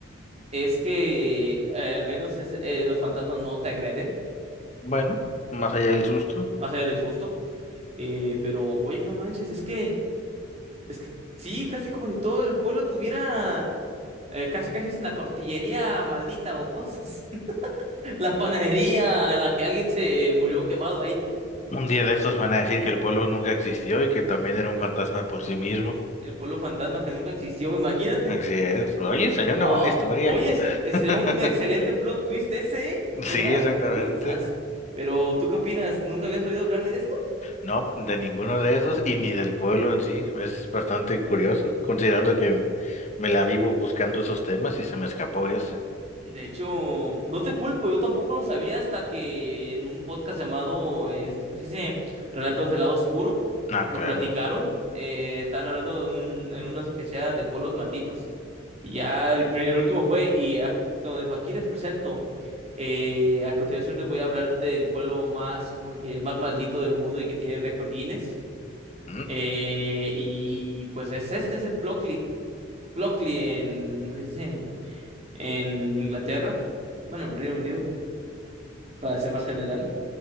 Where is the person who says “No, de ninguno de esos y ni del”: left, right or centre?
Left